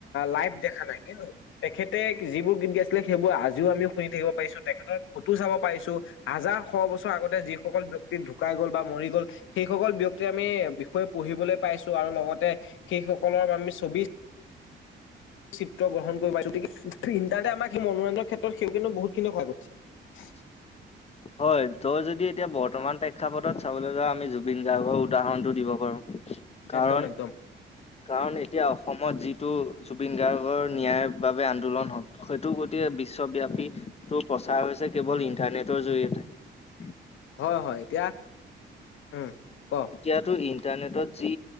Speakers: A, on the left (about 80°); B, on the left (about 30°).
A: লাইভ দেখা নাই কিন্তু তেখেতে যিবোৰ গীত গাইছিলে সেইবোৰ আজি আজিও আমি শুনি থাকিব পাৰিছো তেখেতৰ ফটো চাব পাৰিছো হাজাৰ শ বছৰ আগতে যিসকল ব্যক্তি ঢুকাই গ'ল বা মৰি গ'ল সেইসকল ব্যক্তিৰ আমি বিষয়ে পঢ়িবলৈ পাইছো আৰু লগতে সেই সকলৰ আমি ছবি চিত্ৰ গ্ৰহণ কৰিব গতিকে ইণ্টাৰনেটে আমাক সেই মনোৰঞ্জনৰ ক্ষেত্ৰত সেই বহুতখিনি সহায় কৰিছে।
B: <inaudible> হয় তই যদি এতিয়া বৰ্তমান প্ৰেক্ষাপটত চাবলৈ যাোৱা আমি জুবিন গাৰ্গৰ উদাহৰণটো দিব পাৰো। কাৰণ
A: একদম-একদম।
B: কাৰণ এতিয়া অসমত যিটো জুবিন গাৰ্গৰ ন্যায়ৰ বাবে আন্দোলন হল সেইটো গোটেই বিশ্বব্যাপী টো প্ৰচাৰ হৈছে কেৱল ইন্টাৰনেটৰ জৰিয়তে।
A: হয়-হয় এতিয়া উম, ক
B: এতিয়াতো ইণ্টাৰনেটত যি